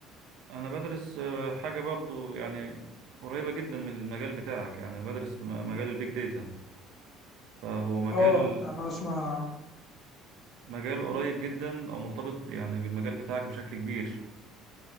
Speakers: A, on the right; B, on the left.
A: انا بدرس آه، حاجة برضو يعني قريبة جدا من المجال بتاعك يعني بدرس م- مجال البيج داتا فهو مجال
B: اه انا اسمع
A: مجال قريب جدا او مرتبط يعني بالمجال بتاعك بشكل كبير